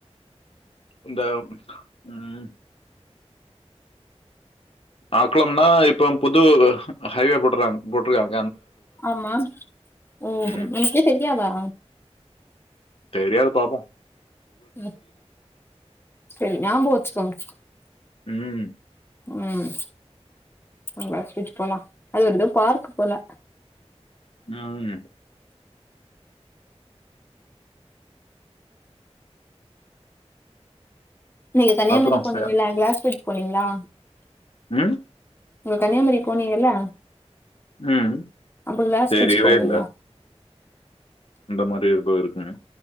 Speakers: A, on the left (about 55°); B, on the left (about 20°).
A: இந்த ம் ஆக்குளம்னா இப்ப புது ஹைவே போட்றாங்க போட்டிருக்காங்
B: ஆமா ஓ
A: ம்.
B: உனகே தெரியாதா
A: தெரியாது பாப்போ
B: ம் சரி ஞாபகோ வச்சுக்கோங்க
A: ம்.
B: ம் எங்காச்சு போலா அது ஒருதடவ பார்க்கு போல
A: ம்
B: நீங்க கன்னியாகுமரி
A: அப்புறம்
B: போனீங்கள
A: ச
B: அங்க கிளாஸ்பிரிட்ஜ் போனீங்களா
A: ம்
B: நீங்க கன்னியாகுமரி போனீங்கல்ல
A: ம்.
B: அப்போ கிளாஸ்
A: தெரியவே
B: பிரிட்ஜ் போனீங்களா
A: இல்ல. இந்த மாதிரி ஏதோ இருக்குன்னு.